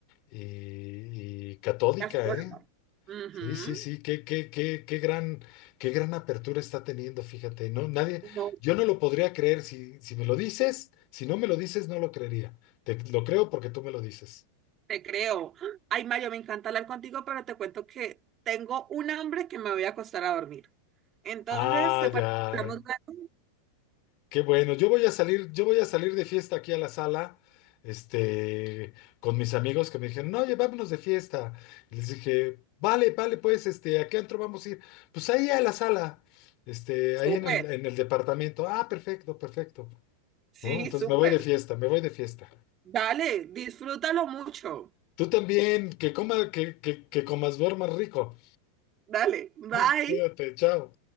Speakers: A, on the left; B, on the right.
A: y- y catódica,
B: Astróloga.
A: ¿eh?
B: Ujú.
A: Sí, sí, sí, qué, qué, qué, qué gran, qué gran apertura está teniendo, fíjate, no, nadie,
B: No,
A: yo no lo podría creer si, si me lo dices, si no me lo dices, no lo creería. Te lo creo porque tú me lo dices.
B: te creo. Ay, Mario, me encanta hablar contigo, pero te cuento que tengo un hambre que me voy a acostar a dormir. Entonces,
A: Ah,
B: ¿te parece
A: ya,
B: que hablamos luego?
A: Qué bueno. Yo voy a salir, yo voy a salir de fiesta aquí a la sala, este, con mis amigos que me dijeron, no, oye, vámonos de fiesta. Y les dije, vale, vale, pues, este, ¿a qué antro vamos a ir? Pues ahí a la sala, este, ahí
B: Súper.
A: en el, en el departamento. Ah, perfecto, perfecto.
B: Sí,
A: ¿No? Entonces
B: súper.
A: me voy de fiesta, me voy de fiesta.
B: Dale, disfrútalo mucho.
A: Tú también, que coma, que, que, que comas, duermas rico.
B: Dale, bye.
A: <laughs> Cuídate, chao.